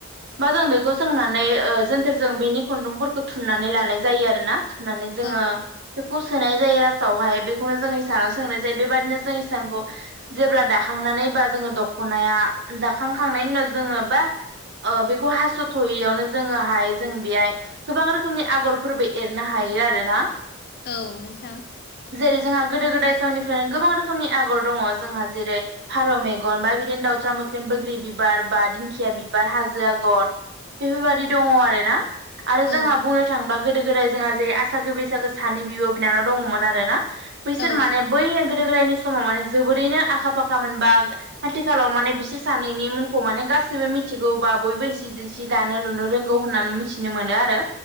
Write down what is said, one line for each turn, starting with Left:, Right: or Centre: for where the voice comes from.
Right: बा जों बेखौ सोंनानै ओ जोनथोरजों बेनि खुन्दुंफोरखौ थुननानै लानाय जायो आरोना थुननानै जोङो
Left: औ
Right: बेखौ सोनाय जायो राजावहाय बेखौनो जों हिसानाव सोंनाय जायो बेबादिनो जोंनि सानखौ जेब्ला दाख खांनानै बा जोङो दख'नाया दाखांखांनायनि उनाव जोङो बा ओ बेखौ हास'थ'यैयावनो जोङोहाय जों बेहाय गोबां रोखोमनि आगरफोरबो एरनो हायो आरोना
Left: औ नोंथां
Right: जेरै जोंहा गोदो गोदाय समनिफ्रायनो गोबां रोखोमनि आगर दङ' जोंहा जेरै फारौ मेगन बा बिदिनो दाउस्रा मोख्रेम, बोग्रि बिबार, बा दिंखिया बिबार, हाजो आगर बेफोरबायदि दङ' आरोना आरो
Left: औ
Right: जोंहा बुंनो थांबा गोदो गोदाय जोंहा जे आसागो बैसागो सानि बिब' बिनानाव दङ'मोन आरोना बैसोर
Left: औ
Right: माने बै गोदो गोदायनि समाव माने जोबोरैनो आखा फाखामोन बा आथिखालाव माने बिसोर सानैनि मुंखौ माने गासैबो मिथिगौबा बयबो एसे जि दानो लुनो रोंगौ होननानै मिथिनो मोनो आरो